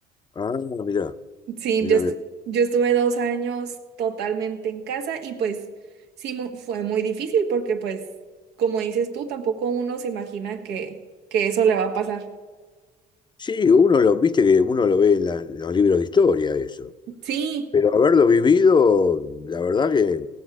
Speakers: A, on the left (about 25°); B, on the right (about 85°).
A: Ah, mirá,
B: Sí,
A: mirá,
B: yo, estu-
A: mirá.
B: yo estuve dos años totalmente en casa y pues sí mu- fue muy difícil porque pues como dices tú, tampoco uno se imagina que, que eso le va a pasar.
A: Sí, uno lo, viste que uno lo ve en la- los libros de historia eso,
B: Sí,
A: pero haberlo vivido, la verdad que,